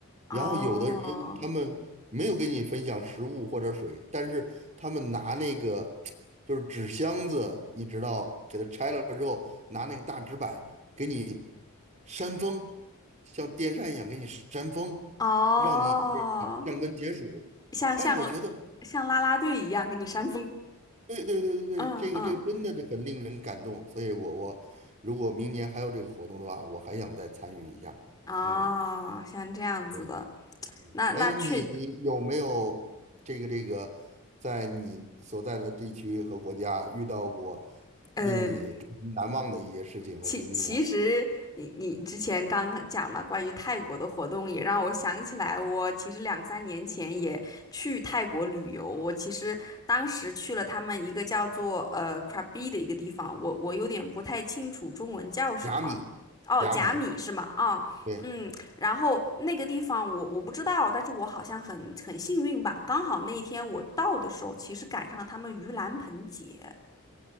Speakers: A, on the left (about 20°); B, on the right (about 35°).
A: 哦
B: 然后有的人他们没有给你分享食物或者水，但是他们拿那个就是纸箱子，你知道，给它拆了之后，拿那个大纸板给你扇风，像电扇一样给你扇风，
A: 哦，
B: 让你这个降温解暑。
A: 像像
B: 哎，我觉得。
A: 像啦啦队一样给你扇风，
B: 对对对对对，
A: <laughs> 嗯嗯，
B: 这个这真的是很令人感动，所以我我如果明年还有这个活动的话，我还想再参与一下。
A: 哦，
B: 嗯，
A: 像这样子的，
B: 对，嗯，
A: 那那确
B: 哎，你你有没有这个这个在你所在的地区和国家遇到过令你终身难忘的一些事情和经历啊？
A: 呃其其实你你之前刚讲的关于泰国的活动，也让我想起来，我其实两三年前也去泰国旅游。我其实当时去了他们一个叫做呃 Krabi 的一个地方，我我有点不太清楚中文叫什么。
B: 甲米，
A: 哦，
B: 甲米，
A: 甲米是吗？哦，
B: 对，
A: 嗯，然后那个地方我我不知道，但是我好像很很幸运吧，刚好那一天我到的时候，其实赶上他们盂兰盆节。